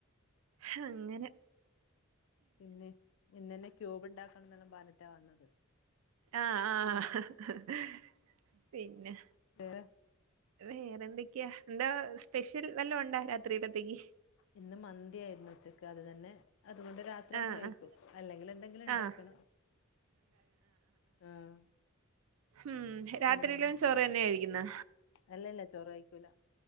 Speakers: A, on the right; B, on the left.
A: ഹങ്ങനെ.
B: പിന്നെ, ഇന്നന്നെ ക്യൂബ് ണ്ടാക്കണം ന്നെല്ലാം പറഞിട്ടാ വന്നത്.
A: ആഹ് ആ ഹ് ഹ് പിന്നെ.
B: <unintelligible>
A: വേറെന്തൊക്കെയാ എന്താ സ്പെഷ്യൽ വല്ലോംണ്ടാ രാത്രിയിലത്തേക്ക്?
B: ഇന്ന് മന്തിയായിരുന്നു ഉച്ചെക്ക് അത് തന്നെ അതുകൊണ്ട് രാ ത്രത്
A: ആഹ്
B: കഴിക്കും,
A: ആഹ്
B: അല്ലെങ്കില് എന്തെങ്കിലും ണ്ടാക്കെണം
A: ആഹ്
B: ആഹ്.
A: ഉം രാത്രിയിലും
B: പിന്നെ
A: ചോറ് തന്നെയാ കഴിക്കുന്നെ?
B: അല്ലല്ല ചോറ് കയിക്കൂല.